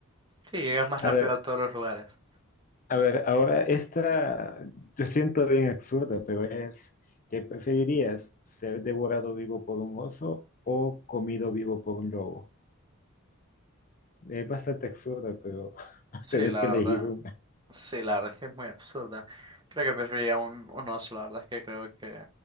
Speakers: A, on the right; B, on the left.
A: Sí, llegas más
B: A
A: rápido
B: ver,
A: a todos los lugares.
B: a ver, ahora esta, yo siento bien absurda, pero es, ¿qué preferirías? ¿Ser devorado vivo por un oso o comido vivo por un lobo? Es bastante absurda, pero <laughs>
A: Sí,
B: tenés
A: la
B: que
A: verdad.
B: elegir uno.
A: Sí, la verdad es que es muy absurda. Creo que preferiría un, un oso, la verdad es que creo que